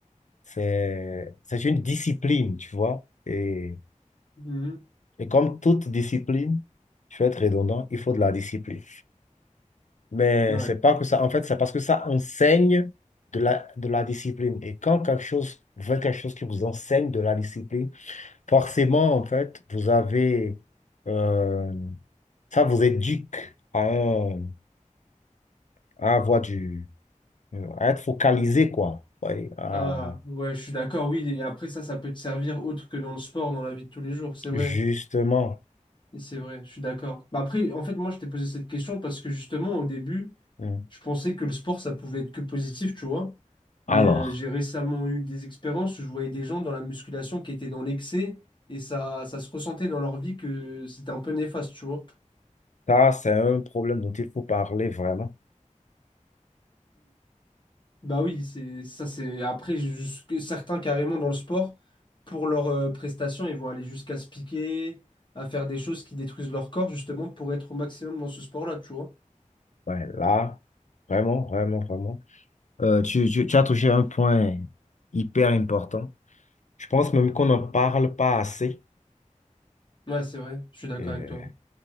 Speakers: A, on the left (about 65°); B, on the left (about 35°).
A: c'est, c'est une discipline, tu vois. Et,
B: Mhm.
A: et comme toute discipline, je vais être redondant, il faut de la discipline. Mais
B: Ouais.
A: c'est pas que ça, en fait, c'est parce que ça enseigne de la, de la discipline. Et quand quelque chose, vous faites quelque chose qui vous enseigne de la discipline, forcément, en fait, vous avez, euh, ça vous éduque à, un- à avoir du, à être focalisé, quoi. Ouais, à-
B: Ah, ouais, je suis d'accord, oui. Et après, ça, ça peut te servir autre que dans le sport, dans la vie de tous les jours, c'est vrai.
A: justement.
B: Et c'est vrai, je suis d'accord. Bah après, en fait, moi, je t'ai posé cette question parce que justement, au début,
A: Mm.
B: je pensais que le sport, ça pouvait être que positif, tu vois.
A: Alors,
B: Mais euh, j'ai récemment eu des expériences où je voyais des gens dans la musculation qui étaient dans l'excès et ça, ça se ressentait dans leur vie que c'était un peu néfaste, tu vois.
A: Ça, c'est un problème dont il faut parler vraiment.
B: Bah oui, c'est ça c'est après jusque certains carrément dans le sport pour leurs euh, prestations, ils vont aller jusqu'à se piquer, à faire des choses qui détruisent leur corps justement pour être au maximum dans ce sport-là, tu vois.
A: Ouais, là, vraiment, vraiment, vraiment. euh, tu, tu, tu as touché un point hyper important. Je pense même qu'on n'en parle pas assez.
B: Ouais, c'est vrai, je suis d'accord
A: Euh,
B: avec toi.